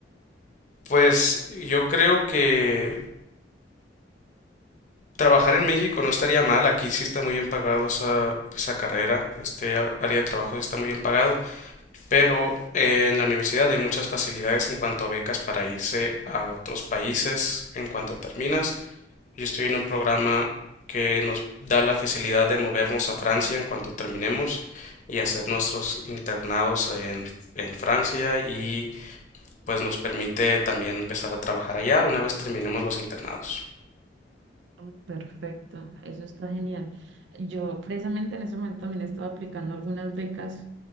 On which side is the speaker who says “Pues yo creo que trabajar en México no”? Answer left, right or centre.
Left